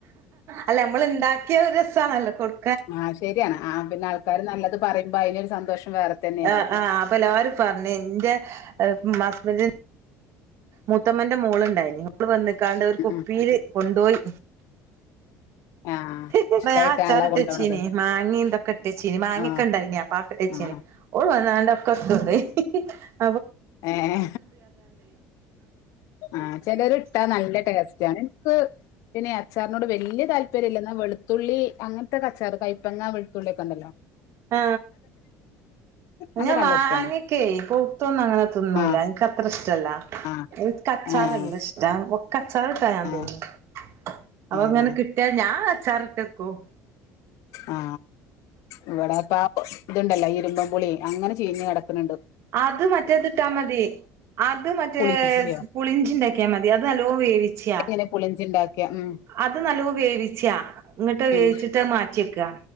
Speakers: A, on the right; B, on the left.
A: അല്ലമ്മളിണ്ടാക്കിയത് ഒരു ഇത്താണല്ലോ കൊട്
B: ആ ശരിയാണ് ആ പിന്നാൾകാര് നല്ലത് പറയു <unintelligible> യിലൊരു സന്തോഷം. വേറെ തന്നെയല്ലേ
A: ആ ആ അപ്പ എല്ലാവരും പറഞ്ഞ് ന്റെ. ഹസ്ബന്റിന് മൂത്തുമ്മേന്റെ മോളുണ്ടായിരുന്നു അവള് വന്നിട്ട് ക്കാണ്ടവർക്കു
B: ഉം
A: ഉപ്പേരി
B: ഉം
A: കൊണ്ടോയി.
B: ആഹ്
A: പ്പ
B: ഇഷ്ടായിട്ടാണല്ലോ
A: ഞാൻ അച്ചാറിട്ടുവച്ചീന്
B: കൊണ്ടോണത്
A: മങ്ങേ തൊക്കെയിട്ടുവച്ചിന് മാങ്ങക്കൊണ്ടാരുന്നേ
B: ആഹ്
A: അപ്പം. ഇട്ടുവച്ചീന്
B: ആഹ്
A: ഓള് പ്പതോണ്ട് <unintelligible> <unintelligible>
B: എയ് ആ ചെലരിട്ടാ നല്ല ടേസ്റ്റ എനക്ക് പിന്നെയീ അച്ചാറിനോട് വല്ല്യ താല്പര്യല്ല എന്നാ വെളുത്തുള്ളി അങ്ങനെത്തൊക്കെ അച്ചാറ്, കയ്പങ്ങ വെളുത്തുള്ളി ഒക്കേണ്ടല്ലോ.
A: ആ ന്നെ
B: അതൊക്കെ നല്ല
A: മാങ്ങക്കേ
B: ഇഷ്ടാണ്
A: കുത്തുന്ന്വങ്ങനെ. കുത്തൊന്ന്വല്ല.
B: ആഹ്
A: എനിക്കത്രിഷ്ടല്ല.
B: ആഹ്
A: എനിക്കച്ചാറല്ലിഷ്ടം
B: ഏഹ്
A: ഒക്കെ. താഴെത്തരാണെന്നു
B: ഏഹ്
A: തോന്നുന്നു. അത്
B: ഏഹ്
A: എങ്ങാനും കിട്ടിയാൽ ഞാൻ അച്ചാർ ഇട്ടു വയ്ക്കും
B: ആ ഇവിടെ ഇപ്പം ഇതുണ്ടാലോ ഈ ഇരിമ്പിമ്പുളി അങ്ങനെ ചീഞ്ഞു കിടക്കാനുണ്ട്
A: അത് മറ്റേതിട്ടാ മതി അത് മറ്റേ
B: പുളിഞ്ചിയോ
A: പുളിഞ്ചിണ്ടാക്കിയാ മതി അത് നല്ലോ വേവിച്ച്യാ
B: എങ്ങനെ പുളിഞ്ചി ഉണ്ടാക്കിയ ഉം
A: അത് നല്ലോ വേവിച്ച്യ ഇങ്ങട്ട് വേവിച്ചിട്ട്
B: ഉം
A: മാറ്റിവെക്കാ